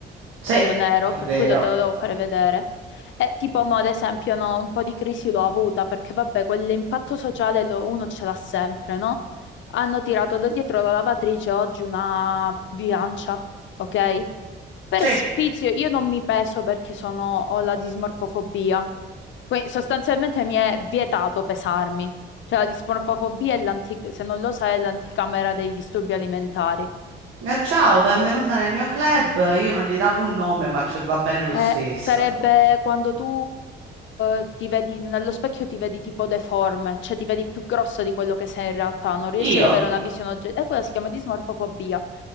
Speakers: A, on the right; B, on the left.
A: Sì,
B: quello nero,
A: è
B: per
A: vero.
B: quello te lo devo fare vedere. E tipo, mo, ad esempio, no, un po' di crisi l'ho avuta perché, vabbè, quell'impatto sociale lo- uno ce l'ha sempre, no? Hanno tirato da dietro la lavatrice oggi una bilancia, ok? Per
A: Sì.
B: sfizio, io non mi peso perché sono, ho la dismorfofobia. Quindi sostanzialmente mi è vietato pesarmi. Cioè, la dismorfofobia è l'antica, se non lo sai, è l'anticamera dei disturbi alimentari.
A: Eh, Ciao, benvenuta nel mio club. Io non gli davo un nome, ma ci va bene lo
B: Eh,
A: stesso.
B: sarebbe quando tu eh, ti vedi nello specchio, ti vedi tipo deforme, cioè ti vedi più grossa di quello che sei in realtà, non riesci
A: Io?
B: ad avere una visione oggettiva. E quella si chiama dismorfofobia.